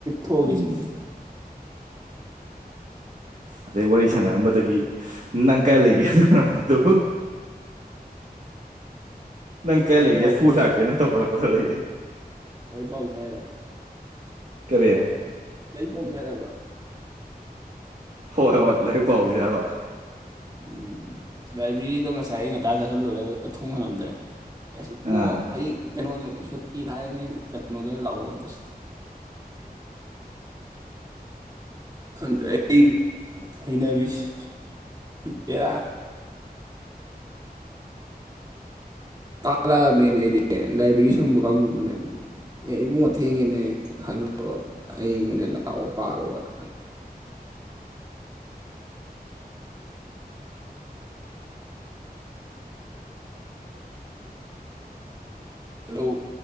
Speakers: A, on the right; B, on the right.
A: ꯊꯣꯑ ꯒꯦꯁꯤꯅꯤ
B: ꯎꯝ ꯑꯗꯩ ꯋꯥꯔꯤ ꯁꯥꯟꯅꯔꯝꯕꯗꯒꯤ ꯅꯪ ꯀꯥꯢ ꯂꯩꯒꯦꯅꯔꯝꯕꯗꯣ ꯅꯪ ꯀꯩ
A: ꯂꯥꯏꯔꯤꯛ
B: ꯂꯩ ꯂꯩꯒꯦ
A: ꯄꯥꯎꯁꯦ
B: ꯐꯨꯜ
A: ꯍꯥꯏꯔ
B: ꯍꯥꯀꯦ ꯅ ꯇꯧꯈꯠꯂꯛꯄꯗꯣ ꯑꯗꯩꯗꯤ
A: ꯂꯥꯏꯔꯤꯛ ꯄꯥꯎꯁꯦ ꯍꯥꯏꯔꯕ
B: ꯀꯔꯤ
A: ꯑꯩ ꯄꯥꯎꯖꯦꯔꯕ
B: ꯍꯣꯏ ꯍꯣꯏ ꯂꯥꯏꯔꯤꯛ ꯄꯥꯎꯖꯦꯕ
A: ꯎꯝ ꯂꯥꯏꯕ꯭ꯔꯦꯔꯤꯗꯣ ꯉꯁꯥꯏ ꯑꯩ ꯉꯟꯇꯥ ꯆꯥꯁꯤꯜꯂꯨꯔꯦ ꯑꯗꯨꯒ ꯊꯣꯡꯕ ꯉꯝꯗ꯭ꯔꯦ ꯑꯦꯁ ꯏꯕꯣꯉꯣ
B: ꯑꯥ
A: ꯍꯌꯦꯡ ꯀꯩꯅꯣꯗ ꯁꯨꯇꯤ ꯊꯥꯏꯅ ꯀꯩꯅꯣꯗ ꯑꯣꯏꯅ ꯂꯥꯛꯑꯣ ꯇꯧꯁꯤꯜ
B: <inaudible>
A: ꯈꯪꯗꯦ ꯑꯩ ꯍꯩꯅꯥꯕꯤꯁ ꯕꯦꯔꯥ ꯇꯥꯥꯜꯂꯛꯑꯕꯅꯤ ꯂꯥꯏꯕ꯭ꯔꯦꯔꯤ ꯁꯪꯕ ꯀꯥꯡꯕꯨꯗꯨꯅ ꯑꯦ ꯏꯕꯨꯡꯉ ꯑꯊꯦꯡꯉꯦꯅꯦ ꯍꯜꯂꯂꯣ ꯍꯌꯦꯡ ꯑꯣꯏꯅ ꯂꯥꯛꯑꯣ ꯄꯥꯔꯣꯅ
B: <inaudible>
A: ꯍꯜꯂꯣ